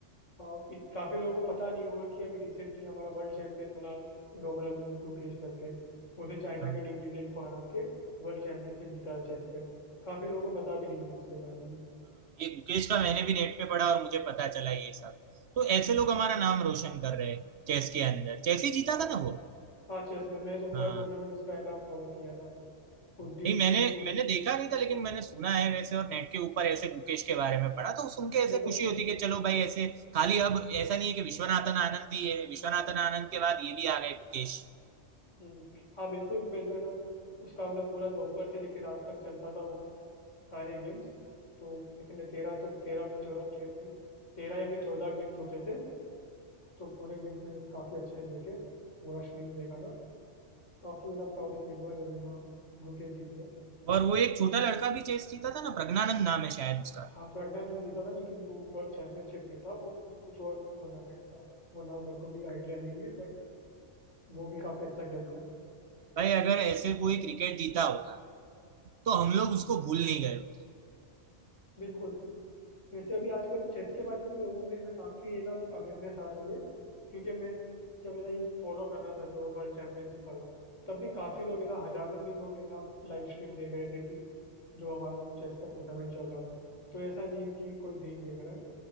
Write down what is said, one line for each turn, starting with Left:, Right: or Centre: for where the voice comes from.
Left: और इत- काफी लोगों को पता नहीं हुआ कि अभी रिसेंटली हमारा वर्ल्ड चैंपियन बना डोमराजू गु- गुकेश करके उसने चाइना
Right: हाँ,
Left: के डिंग लीरेन को हरा के वर्ल्ड चैंपियनशिप जीता चेस पे काफी लोगों को पता भी नहीं होगा उसके बारे में
Right: हाँ, ये गुकेश का मैंने भी नेट पे पढ़ा और मुझे पता चला ये सब तो ऐसे लोग हमारा नाम रोशन कर रहे हैं चेस के अंदर चेस ही जीता
Left: हाँ
Right: था ना वो
Left: हाँ चेस में मैं तो पूरा
Right: हाँ
Left: टूर्नामेंट उसका है ना फॉलो किया था उस
Right: नहीं
Left: दिन
Right: मैंने
Left: सु-
Right: मैंने देखा नहीं था लेकिन मैंने सुना है वैसे और नेट के ऊपर ऐसे गुकेश के बारे में पढ़ा तो सुन के ऐसे
Left: मैं तो
Right: खुशी होती है कि चलो भाई ऐसे खाली अब ऐसा नहीं है कि विश्वनाथन आनंद भी है विश्वनाथन आनंद के बाद ये भी आ गए गुकेश
Left: हम्म, हाँ बिल्कुल मैं तो है ना उसका मतलब पूरा दोपहर से लेकर रात तक चलता था वो सारे गेम्स तो कितने तेरह तो तेरह चौदह तेरह या फिर चौदह गेम्स होते थे तो पूरे गेम्स मैंने काफी अच्छे से देखे पूरा स्ट्रीम देखा था काफी मेरा प्राउड फील हुआ जब है ना गुके जीत गए
Right: और वो एक छोटा लड़का भी चेस जीता था ना प्रज्ञानंद नाम है शायद उसका
Left: हाँ प्रज्ञानंद जीता था लेकिन वो वर्ल्ड चैंपियनशिप नहीं था वो कुछ कुछ और टूर्नामेंट था वो नाम मेरे को भी आइडिया नहीं है बट वो भी काफी अच्छा खेलता है
Right: भाई अगर ऐसे कोई क्रिकेट जीता होता तो हम लोग उसको भूल नहीं गए होते
Left: बिल्कुल वैसे अभी आजकल चेस के बारे में भी लोगों में है ना काफी है ना अवेयरनेस आ रही है क्योंकि मैं जब है ना ये फॉलो कर रहा था जो वर्ल्ड चैंपियनशिप वाला तब भी काफी लोग है ना हजारों में लोग है ना लाइव स्ट्रीम देख रहे थे कि जो हमारा चेस का टूर्नामेंट चल रहा था तो ऐसा नहीं है कि कोई दे ही देख रहा है